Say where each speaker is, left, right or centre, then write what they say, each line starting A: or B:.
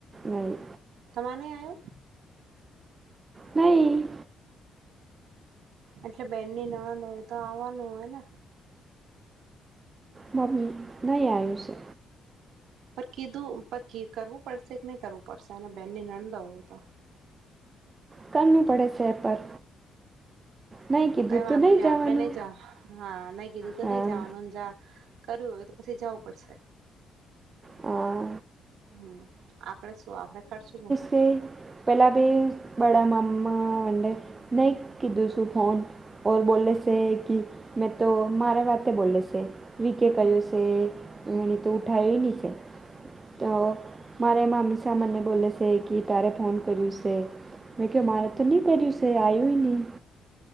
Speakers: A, on the right; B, on the right.
A: નહીં
B: તમાને આયો.
A: નહી.
B: એટલે બેનની નણંદ હોય તો આવવાનું હોય ને.
A: માર નહીં આયો છે.
B: પર કીધું પર કરવું પડશે કે નહી કરવું પડશે અને બેનને નંદ હોય તો.
A: કરને પડે સેહે પર. નહીં કીધું
B: કઈ વાંધો
A: તું નહીં
B: નહી
A: જવાનું
B: આપડે નઈ જા હા નહી કીધું તો
A: હા
B: નઈ જવાનું જા કરું હોય તો પછી જવું પડશે.
A: હા.
B: હમ્મ આપડે શું આપડે ખર્ચું
A: કે પહેલા ભ બડાા મામા વંડે નહીં કીધું શું ફોન. ઓર બોલલે છે કે મેં તો મારે વાતે હ બોલે છે. વી કે કયો છે એણી તું ઉઠાય નહી છે. તો મારે મામી શા મને બોલે છે કે તારે ફોન કર્યું છે. મેં મારે તો નહી કર્યું સ એ આયું એ ની.